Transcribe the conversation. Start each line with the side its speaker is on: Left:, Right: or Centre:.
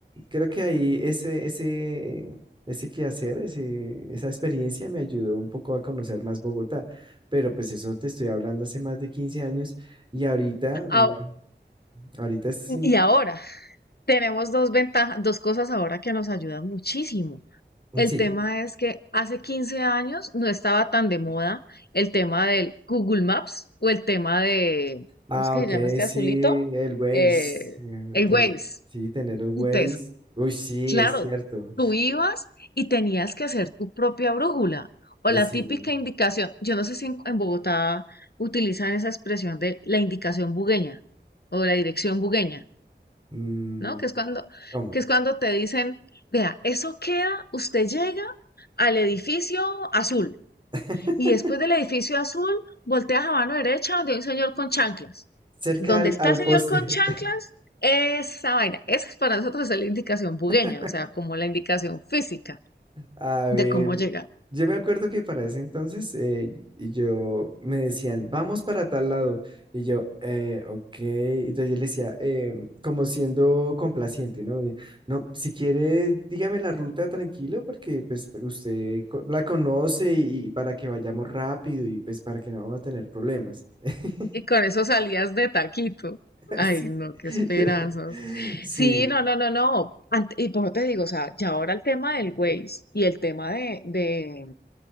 Right: Creo que ahí ese, ese, ese quehacer, ese, esa experiencia me ayudó un poco a conocer más Bogotá. Pero pues eso te estoy hablando hace más de 15 años y ahorita, no,
Left: Ao-
Right: ahorita sí,
Left: Y ahora, tenemos dos ventajas, dos cosas ahora que nos ayudan muchísimo. El
Right: sí,
Left: tema es que hace 15 años no estaba tan de moda el tema del Google Maps o el tema de,
Right: Ah,
Left: ¿cómo es que
Right: ok,
Left: se llama este
Right: sí,
Left: azulito?
Right: el Waze.
Left: Eh,
Right: eh,
Left: el
Right: ten-
Left: Waze.
Right: sí, tener el Waze.
Left: Entonces,
Right: Uy, sí,
Left: claro,
Right: es cierto.
Left: tú ibas y tenías que hacer tu propia brújula o
Right: eh,
Left: la
Right: Sí.
Left: típica indicación. Yo no sé si en, en Bogotá utilizan esa expresión de la indicación bugueña o la dirección bugueña.
Right: mm,
Left: ¿no? Que es cuando,
Right: ¿cómo?
Left: que es cuando te dicen, vea, eso queda, usted llega al edificio azul
Right: <laughs>
Left: y después del edificio azul volteas a mano derecha donde hay un señor con chanclas.
Right: Cerca
Left: Donde
Right: al,
Left: está
Right: al
Left: el señor
Right: poste.
Left: con chanclas, esa vaina. Esa es para nosotros es la indicación bugueña,
Right: <laughs>
Left: o sea, como la indicación física
Right: A ver,
Left: de cómo llegar.
Right: yo me acuerdo que para ese entonces eh, y yo me decían, vamos para tal lado. Y yo, eh, ok. Entonces yo le decía, em, como siendo complaciente, ¿no? De, No, si quiere, dígame la ruta tranquilo, porque pues usted co- la conoce y, y para que vayamos rápido y pues para que no vamos a tener problemas. <laughs>
Left: Y con eso salías de taquito. Ay,
Right: Sí.
Left: no,
Right: <laughs>
Left: qué esperanzas.
Right: Yo- sí.
Left: Sí, no, no, no, no. Ant- y por eso te digo, o sea, ya ahora el tema del Waze y el tema de, de,